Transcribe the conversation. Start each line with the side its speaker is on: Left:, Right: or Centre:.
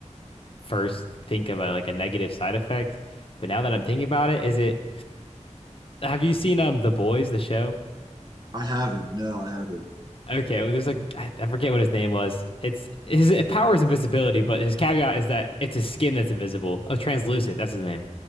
Left: first think of a like a negative side effect. But now that I'm thinking about it, is it have you seen um The Boys, the show?
Right: I haven't. No, I haven't.
Left: Okay, well, there's like I, I forget what his name was. It's his power is invisibility, but his caveat is that it's his skin that's invisible. Oh, translucent, that's his name.